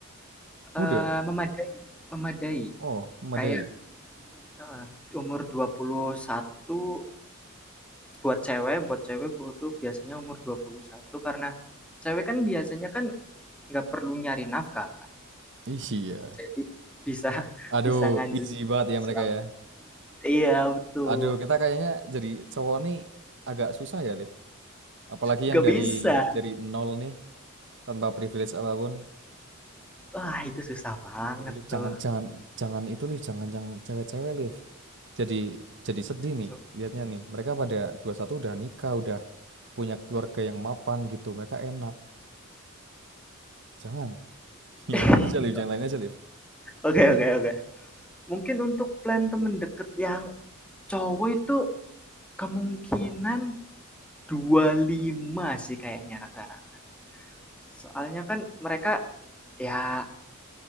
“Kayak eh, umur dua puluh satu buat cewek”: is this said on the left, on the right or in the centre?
Centre